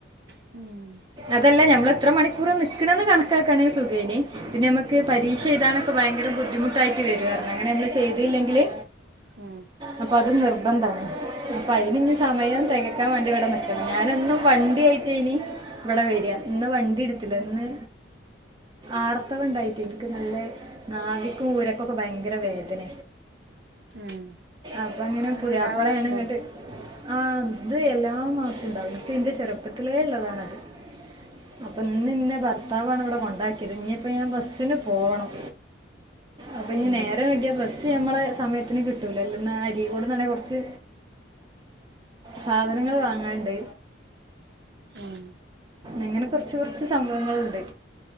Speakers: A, on the right; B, on the right.
A: ഉം
B: അതല്ല ഞമ്മൾ എത്ര മണിക്കൂർ നി ക്കണന്ന് കണക്കാക്കാണ് സുഖേനി പിന്നെ നമുക്ക് പരീക്ഷ എഴുതാനൊക്കെ ഭയ ഭയങ്കര ബുദ്ധിമുട്ടായിട്ട് വരുവാർന്നു അങ്ങനെ നമ്മള് ചെയ്തീല്ലെങ്കില്
A: ഉം
B: അപ്പൊ അത് നിർബന്ധണ അപ്പൊ അയിനി ഇനി സമയം തികക്കാൻ വേണ്ടി ഇവിടെ നിക്കണം ഞാനെന്നും വണ്ടി വണ്ടി ആയിട്ടേനി ഇവിടെ വരിഅ ഇന്ന് വണ്ടി എടുത്തില്ല ഇന്ന്... ആർത്തവ ഉണ്ടായിട്ട് എനിക്ക് നല്ല നാവിക്കും ഊരക്കൊക്കെ ഭയങ്കര വേദന.
A: ഉം
B: അപ്പൊ അങ്ങനെ
A: ഇങ്ങനെ
B: പുതിയാപ്പളയാണ്
A: ഇണ്ടാവാറുണ്ടോ
B: ഇങ്ങോട്ട് ആ അത് എല്ലാ മാസും ഉണ്ടാവും എനിക്ക് എന്റെ ചെറുപ്പത്തിലേ ഉള്ളതാണത്. അപ്പൊ ഇന്ന് ഇന്നെ ഭർത്താവാണ് ഇവിടെ കൊണ്ടാക്കിയത് ഇനിയിപ്പ ഞാൻ ബസ്ന് പോവണം. അപ്പ ഇനി
A: ഉം
B: നേരം വൈകിയാൽ ബസ് ഞമ്മളെ സമയത്ത് ത്തിന് കിട്ടൂല ലോ അരിക്കോട് ന്നന്നെ കുറച്ചു. സാധനങ്ങൾ വാങ്ങാണ്ട്.
A: ഉം
B: എങ്ങനെ കൊറച് കുറച്ച് സംഭവങ്ങൾണ്ട്.